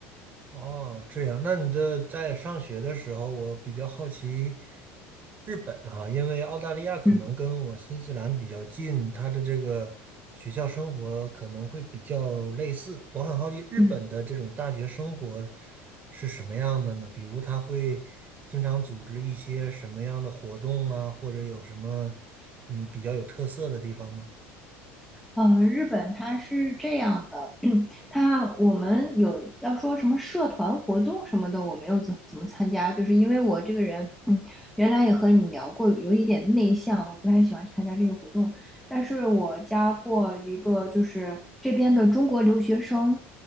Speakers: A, on the right; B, in the centre.
A: 哦，这样，那你的在上学的时候，我比较好奇日本啊，因为澳大利亚可能跟我新西兰比较近，
B: 嗯
A: 它的这个学校生活可能会比较类似。我很好奇日本的这种大学生活
B: 嗯。
A: 是什么样的呢？比如他会经常组织一些什么样的活动啊，或者有什么嗯比较有特色的地方吗？
B: 呃，日本它是这样的，<clears throat> 它我们有要说什么社团活动什么的，我没有怎怎么参加，就是因为我这个人，嗯，原来也和你聊过，有一点内向，我不太喜欢参加这些活动。但是我加过一个，就是这边的中国留学生